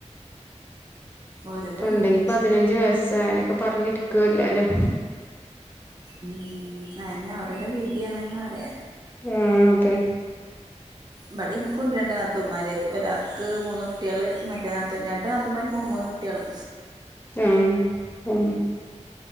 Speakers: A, on the right; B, on the left.
A: ഓരോരോ
B: ഇപ്പണ്ടെങ്കി
A: വിധി
B: പതിനഞ്ച് വയസ്സ് അങ്ങനൊക്കെ പറഞ്ഞിരിക്കു എല്ലാരും
A: ഉം അനെ ഓരോരോ വീതി ആണ്ന്ന് പറയാ
B: ഹേ അതെ
A: ഇബടെ ഇനിക്കുണ്ട് രണ്ട് നാത്തു ന്മാമാര് ഒരാക്ക് മൂന് കുട്ടിയാള് മറ്റേ നാത്തൂന് രണ്ടു നാത്തന്മാർക്കും മൂന്നു കുട്ടികള്
B: മ്മ്